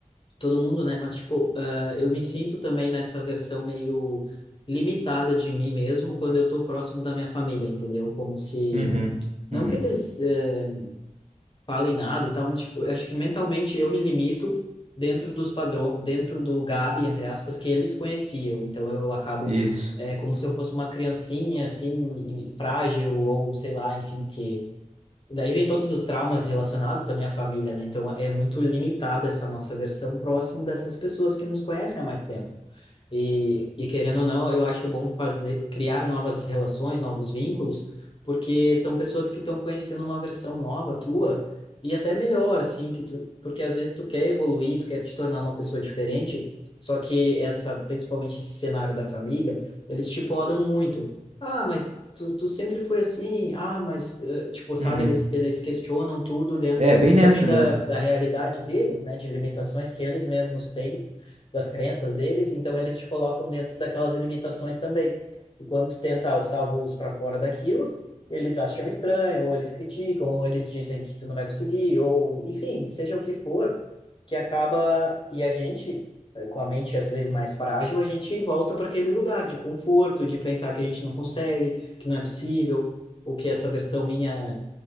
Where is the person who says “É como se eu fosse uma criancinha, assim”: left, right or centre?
Left